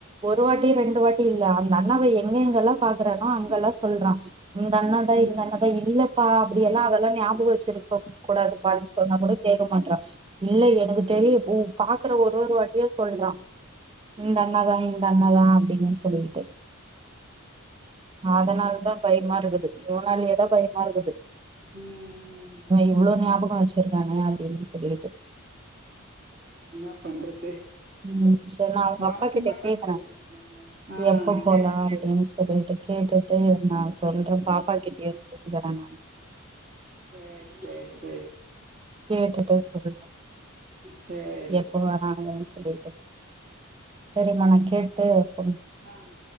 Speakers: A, on the right; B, on the right.
A: ஒரு வாட்டி ரெண்டு வாட்டி இல்ல அந்த அண்ணாவ எங்கெங்கெல்லா பாக் குறானோ அங்கெல்லா சொல்றா இந்த அண்ணாதா
B: ம்
A: இந்த அண்ணாதா இல்லப்பா அப்டியெல்லா அதல்லா ஞாபகொ வச் சிருப்பப் கூடாது பான்னு சொன்னா கூட கேக்க மாட்றா இல்ல எனக்கு தெரியு உ பாக்குற ஒரு ஒரு வாட்டியு சொல்றா இந்த அண்ணாதா இந்த அண்ணா தா அப்டின்னு சொல்லீட்டு அதனால தா பய்மா இருக்குது இவனாலயே தா பய்மாருக்குது
B: ம்
A: இவ்ளோ ஞாபகோ வச்சிர் தானே அப்டின்னு சொல்லிட்டு
B: என்னா பண்றது
A: உம் சரி நா அவுக
B: மறக்க
A: அப்பா கிட்ட
B: மாட்டான்
A: கேக்குறே
B: போல ஆ
A: எப்ப போலா
B: சேரி சேரி
A: அப்டின்னு சொல்லிட்டு கேட்டுட்டு நா சொல்ற பாப்பா கிட்டயு கேட்டுக்கறே நா
B: சேரி சேர் சேர்
A: கேட்டுட்டு சொலு
B: சேரி
A: எப்பொ வராங்கன் சொல்லிட்டு சரி மா நாக் கேட்டு
B: ஆஹ்